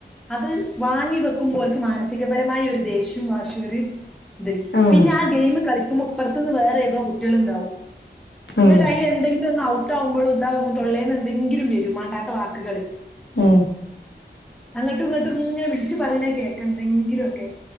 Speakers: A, in the centre; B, on the left (about 80°).
A: അത് വാങ്ങി വെക്കുമ്പോൾക്ക് മാനസികപരമായ ഒരു ദേഷ്യവും വഷം ഒരു അതെ
B: ആഹ്
A: പിന്നെ ആ ഗെയിം കളിക്കുമ്പോ അപ്പുറത്തന്ന് വേറെ ഏതോ കുട്ടികൾ ഉണ്ടാവും എന്നി്
B: ആഹ്
A: അൽ എന്തെങ്കിലും ഒന്ന് ഔട്ട്കുമ്പോൾ ഇതാ തള്ളേ എന്തെങ്കിലും എങ്കിലും വരും വേണ്ടാത്ത വാക്കുകൾ
B: ഉം
A: അങ്ങട്ടും ഇങ്ങോട്ടും ഇങ്ങനെ വിളിച്ചച്ച് പറഞ്ഞ കേക്ക എന്തെങ്കിലുംൊക്കെ